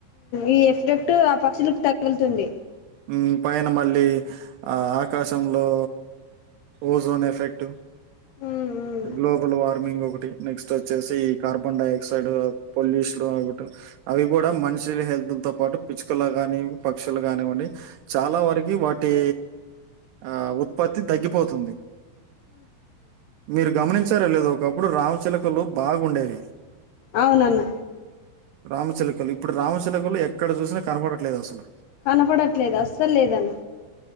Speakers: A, on the left; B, on the right.
A: ఈ ఎఫెక్ట్ ఆ పక్షులకు తగులుతుంది
B: ఉ పైన మళ్ళీ ఆ ఆకాశంలో ఓజోన్ ఎఫెక్ట్
A: ఉ
B: గ్లోబల్ వార్మింగ్ ఒకటి నెక్స్ట్ వచ్చేసి కార్బన్ డైఆక్సైడ్ పొల్యూషన్ ఒకటి అవి కూడా మనిషి వి హల్త్ తో పాటు పిచ్చుకలు కాని పక్షులు కానివ్వండి చాలా వరకి వాటి ఆ ఉత్పత్తి తగ్గిపోతుంది మీరు గమనించారా లేదో ఒకప్పుడు రామచిలుకలు బాగుండేవి
A: అవునన్న
B: రామచిలుకలు ఇప్పుడు రామచిలుకలు ఎక్కడ చూసినా కనపడట్లేదు అసలు
A: కనపడట్లేదు అస్సలు లేదన్న